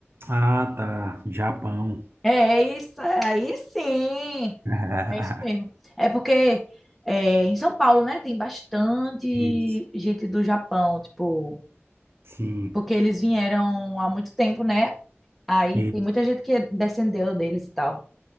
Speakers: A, on the right (about 60°); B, in the centre.
A: Ah, tá. Japão.
B: É isso aí, sim.
A: <laughs>
B: É isso mesmo. É porque é, em São Paulo, né, tem bastante
A: Isso.
B: gente do Japão, tipo,
A: Sim,
B: porque eles vieram há muito tempo, né? Aí
A: isso.
B: tem muita gente que descendeu deles e tal.